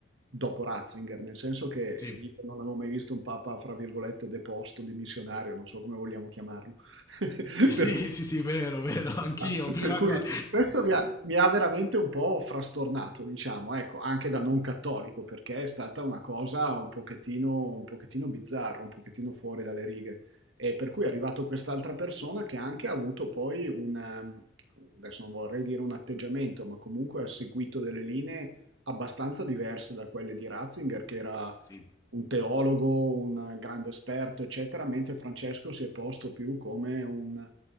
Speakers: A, on the right; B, on the left.
A: dopo Ratzinger, nel senso che
B: Sì,
A: io non avevo mai visto un papa, fra virgolette, deposto, dimissionario, non so come vogliamo chiamarlo. <laughs>
B: sì,
A: Per cui
B: sì, sì, vero, vero, anch'io,
A: Ah, Per
B: prima
A: cui
B: qua.
A: questo mi ha, mi ha veramente un po' frastornato, diciamo, ecco, anche da non cattolico, perché è stata una cosa un pochettino, un pochettino bizzarra, un pochettino fuori dalle righe. E per cui è arrivato quest'altra persona che anche ha avuto poi un, ehm, adesso non vorrei dire un atteggiamento, ma comunque ha seguito delle linee abbastanza diverse da quelle di Ratzinger, che era
B: Sì,
A: un teologo, un grande esperto, eccetera, mentre Francesco si è posto più come un,